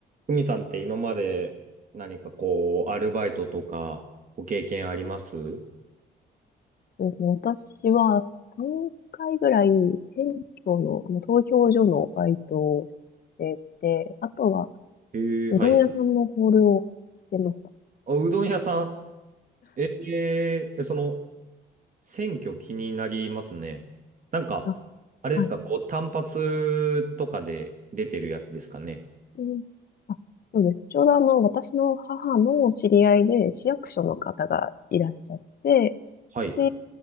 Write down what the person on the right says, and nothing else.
ふみさんって今まで何かこう、アルバイトとかご経験あります
えー、
はい。あ、うどん屋さん。えー、えその、選挙気になりますね。なんか、
あれですか、
こう、単発とかで出てるやつですかね。
はい。